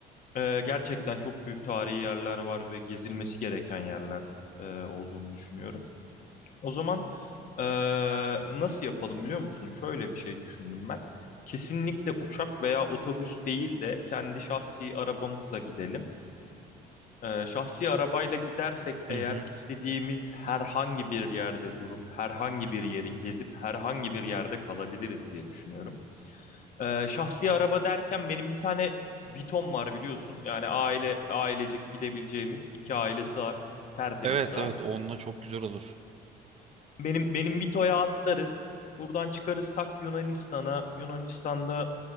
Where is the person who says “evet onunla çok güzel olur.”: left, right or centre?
Right